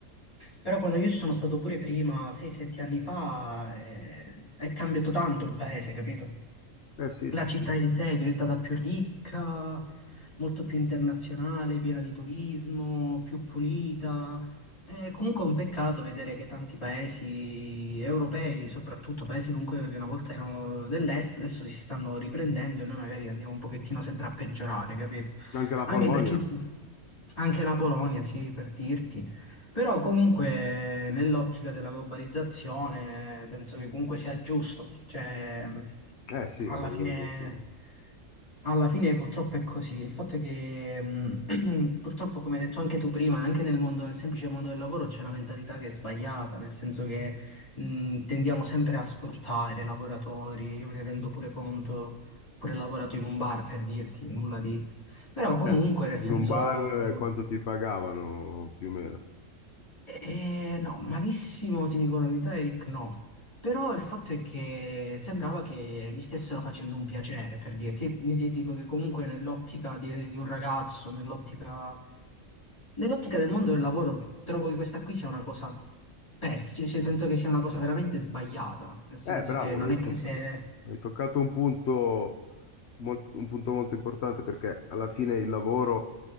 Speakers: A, on the left; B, on the left.
A: Però quando io ci sono stato pure prima, 6-7 anni fa, eh, è cambiato tanto il paese, capito?
B: Eh sì,
A: La
B: sì,
A: città
B: sì.
A: in sé è diventata più ricca, molto più internazionale, piena di turismo, più pulita. È comunque un peccato vedere che tanti paesi europei, soprattutto paesi comunque che una volta erano dell'est, adesso si stanno riprendendo e noi magari andiamo un pochettino sempre a peggiorare, capito?
B: Anche la
A: Anche
B: Polonia.
A: perché anche la Polonia, sì, per dirti, però comunque nell'ottica della globalizzazione penso che comunque sia giusto, cioè
B: Eh sì,
A: alla
B: la globalizzazione.
A: fine, alla fine purtroppo è così. Il fatto è che mh, <clears throat> purtroppo, come hai detto anche tu prima, anche nel mondo, nel semplice mondo del lavoro c'è una mentalità che è sbagliata, nel senso che mh, tendiamo sempre a sfruttare i lavoratori, io me ne rendo pure conto, pure lavorato in un bar per dirti nulla di... Però comunque
B: Eh,
A: nel senso...
B: in un bar eh, quanto ti pagavano più o meno?
A: Eh, no, malissimo, ti dico la verità, Eric, no. Però il fatto è che sembrava che mi stessero facendo un piacere, per dirti. Io ti dico che comunque nell'ottica di, di un ragazzo, nell'ottica nell'ottica del mondo del lavoro, trovo che questa qui sia una cosa pessima, cioè, cioè, penso che sia una cosa veramente sbagliata, nel senso
B: Eh, bravo,
A: che non
B: hai
A: è che
B: toc-
A: se
B: hai toccato un punto, mol- un punto molto importante perché alla fine il lavoro